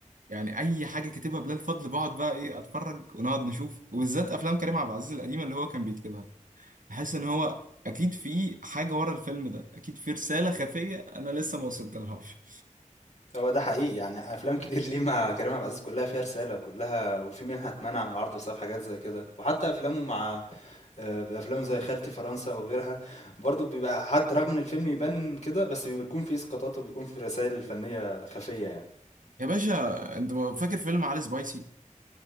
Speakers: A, on the right; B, on the left.
A: يعني اي حاجه كاتبها بلال فضل بقعد بقى ايه اتفرج ونقعد نشوف وبالذات افلام كريم عبد العزيز القديمه اللي هو كان بيكتبها بحس ان هو اكيد في حاجه ورا الفيلم ده اكيد في رساله خفيه انا لسه ما وصلتلهاش
B: هو ده حقيقي يعني افلام كتير ليه مع كريم عبد العزيز كلها فيها رساله وكلها وفي منها اتمنع من العرض بسبب حاجات زي كده وحتى افلامه مع آه، افلامه زي خالتي فرنسا وغيرها برضه بيبقى حتى رغم ان الفيلم يبان كده بس بيكون فيه اسقاطات وبيكون فيه رسائل فنيه خفيه يعني
A: يا باشا انت فاكر فيلم علي سبايسي